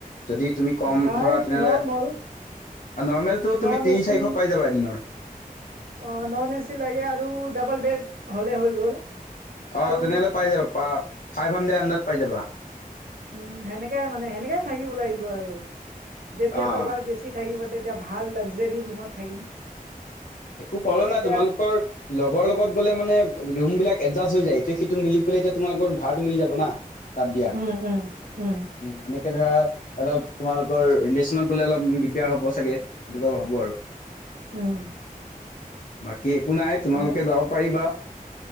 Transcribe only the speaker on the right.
নাই
নৰ্মল
নন
এচি।
অ', নন এ চি লাগে আৰু ডাবল বেড হ'লে হৈ গ'ল।
আৰু
উম, সেনেকে মানে সেনেকেই থাকিব লাগিব আৰু যেতিয়া
টকাৰ বেছি পইচা থাকিব তেতিয়া ভাল লকজৰী ৰৰুমত থাকিম।
এতিয়া
উম, উম, উম।
উম।
মানে